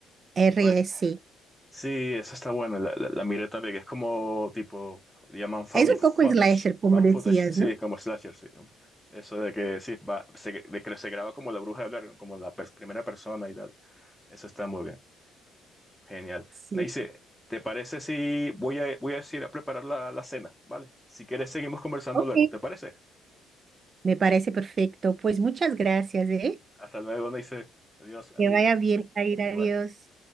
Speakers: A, on the right; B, in the centre.
A: RSC.
B: Correcto. Sí, esa está buena. La, la, la miré también, que es como tipo, le llaman found
A: Es un
B: footage.
A: poco slasher, como
B: Found
A: decías,
B: footage. Sí,
A: ¿no?
B: como slasher, sí. Eso de que sí, va, se- de que se graba como la bruja de hablar, como la per- primera persona y tal. Eso está muy bien. Genial.
A: Sí.
B: Neice, ¿te parece si voy a, voy a ir a preparar la, la cena, ¿vale? Si quieres, seguimos conversando
A: Ok,
B: luego, ¿te parece?
A: me parece perfecto. Pues muchas gracias, ¿eh?
B: Hasta luego, Neice. Adiós a
A: Que
B: ti.
A: vaya bien, Jair.
B: Igual.
A: Adiós.